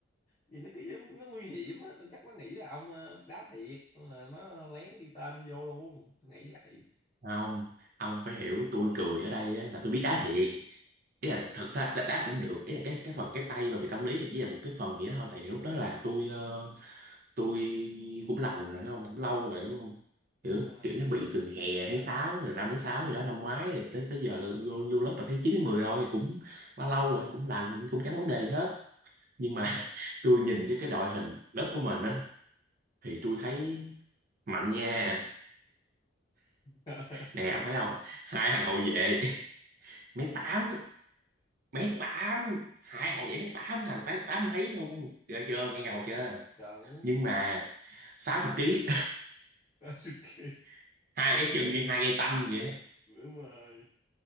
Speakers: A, on the left; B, on the right.
A: nhìn nó cứ giống- nó nguy hiểm á tôi chắc nó nghĩ là ông ờ, biết đá thiệt nên là nó lén ghi tên ông vô luôn tôi nghĩ vậy
B: không ông phải hiểu tôi cười ở đây á, là tôi biết đá thiệt ý là thật ra là đá cũng được ý là cái cái phần cái tay mà bị tâm lý thì chỉ là một cái phần gì đó thôi tại vì lúc đó là tôi ờ, tôi cũng lâu rồi thấy không cũng lâu rồi đúng không
A: đúng
B: kiểu
A: rồi
B: kiểu nó bị từ hè tháng 6 rồi năm tháng 6 gì đó năm ngoái rồi tới tới giờ là vô vô lớp là tháng 9 đến 10 rồi cũng bao lâu rồi cũng lành cũng chẳng vấn đề gì hết nhưng mà <laughs> tôi nhìn với cái đội hình lớp của mình á thì tôi thấy mạnh nha
A: <laughs>
B: nè ông thấy không hai thằng hậu vệ <laughs> mấy tám mấy tám hai hậu vệ mấy tám thằng tám tám mấy luôn ghê chưa nghe ngầu chưa
A: trận
B: nhưng mà 60 ký
A: ok
B: <laughs> hai cái chân như hai cây tăm vậy á.
A: đúng rồi